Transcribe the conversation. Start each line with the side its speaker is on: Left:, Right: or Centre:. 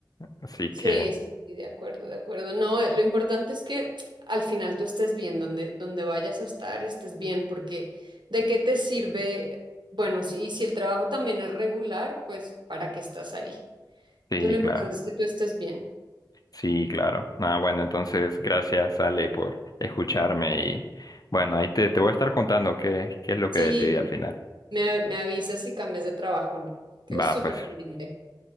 Left: Así
Right: sí,
Left: que,
Right: sí, sí, de acuerdo, de acuerdo. No, eh, lo importante es que al final tú estés bien, donde, donde vayas a estar, estés bien, porque ¿de qué te sirve? Bueno, si, y si el trabajo también es regular, pues ¿para qué estás ahí?
Left: sí,
Right: Entonces lo importante
Left: claro,
Right: es que tú estés bien.
Left: sí, claro. Nada, bueno, entonces gracias, Ale, por escucharme y bueno, ahí te, te voy a estar contando qué, qué es lo
Right: Sí,
Left: que decidí al final.
Right: me, me avisas si cambias de trabajo o no. Quedo
Left: Va,
Right: súper
Left: pues,
Right: pendiente.